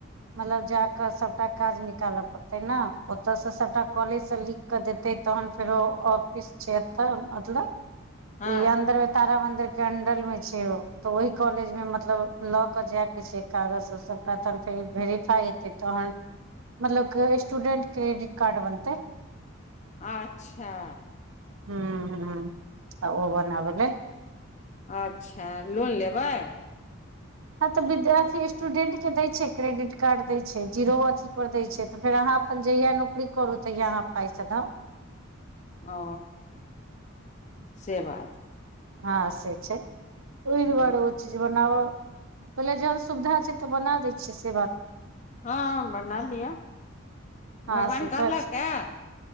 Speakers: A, on the right (about 80°); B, on the left (about 35°).
A: मतलब जाक सभटा काज निकालऽ पड़तै ने ओत सँ सभटा कॉलेज सँ लिख कऽ देतै तहन फेरो ऑफिस छै एतऽ मतलब
B: हँ
A: ई अन्दर मे। तारामंडल के अंदर मे छै व तऽ ओहि कॉलेज मे मतलब लऽ के जाय के छै कागज सभटा तहन फेर वेरिफाई तऽ हन मतलब स्टूडेट क्रेडिट कार्ड बनतै।
B: अच्छा
A: हू हू आ ओ बनाबै लै
B: अच्छा लोन लेबै।
A: ह तऽ विद्यार्थी स्टूडेंट के दय छै क्रेडिट कार्ड दय छै जीरो अथी पर दय छै तऽ फेर अहा अपन जहिया नौकरी करू तहिया अहाँ पाई सधाउ
B: ओ से बात।
A: हा से छै ओइ दुआरे
B: तहन तऽ
A: ओ बनाब कहलिया जहन सुविधा छै तऽ बना दै छियै से बात
B: ह बना लिअ भगवान
A: ह सुविधा
B: कहलक
A: छै
B: ए